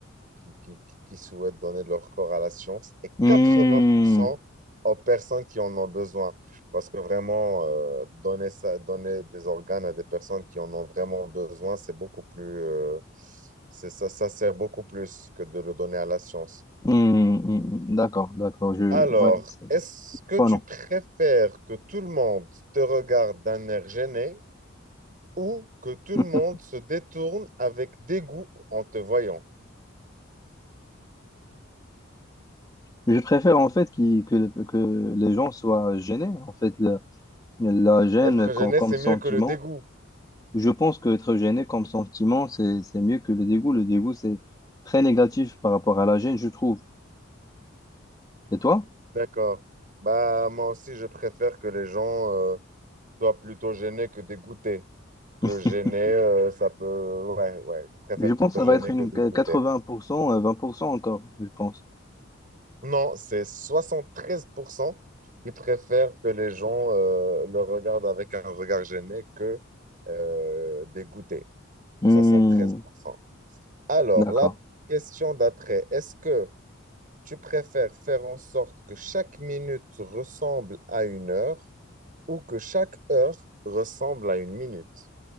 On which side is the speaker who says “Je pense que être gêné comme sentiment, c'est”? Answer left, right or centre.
Left